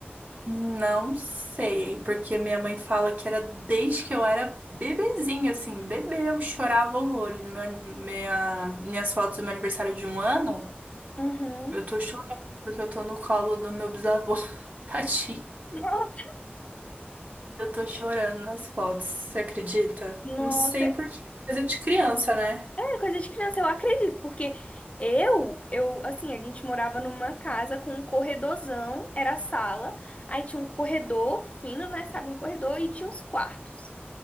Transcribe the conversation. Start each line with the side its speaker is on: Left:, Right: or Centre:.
Right: Não sei, porque minha mãe fala que era desde que eu era bebezinha, assim, bebê, eu chorava horrores. Meu- minha, minhas fotos do meu aniversário de um ano,
Left: Uhum.
Right: eu tô chorando porque eu tô no colo do meu bisavô. <laughs> Tadinho.
Left: Nossa.
Right: Eu tô chorando nas fotos, você acredita?
Left: Nossa,
Right: Não sei por quê. Coisa de criança, né?
Left: é coisa de criança, eu acredito, porque eu, eu, assim, a gente morava numa casa com um corredorzão, era a sala, aí tinha um corredor fino, né, sabe, um corredor e tinha uns quartos.